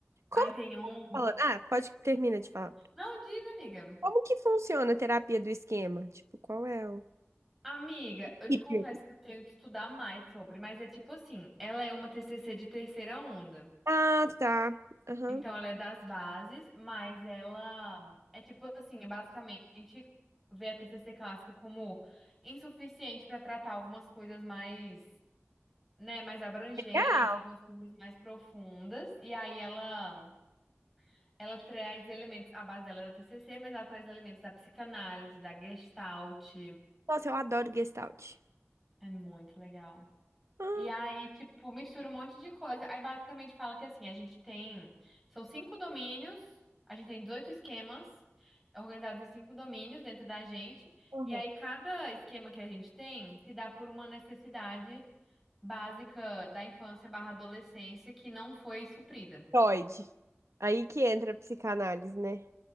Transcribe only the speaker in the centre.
Aí tem um.
Não, diz, amiga.
Amiga, eu
te confesso que eu tenho que estudar mais sobre, mas é tipo assim, ela é uma TCC de terceira onda.
Então, ela é das bases, mas ela é tipo assim, é basicamente vê a TCC clássica como insuficiente para tratar algumas coisas mais, né, mais abrangentes,
algumas coisas mais profundas. E aí ela ela traz elementos, a base dela é da TCC, mas ela traz elementos da psicanálise, da Gestalt.
É muito legal.
E aí, tipo, mistura um monte de coisa. Aí basicamente fala que assim, a gente tem. São cinco domínios, a gente tem 18 esquemas organizados em cinco domínios dentro da gente.
E aí, cada esquema que a gente tem se dá por uma necessidade básica da infância barra adolescência que não foi suprida.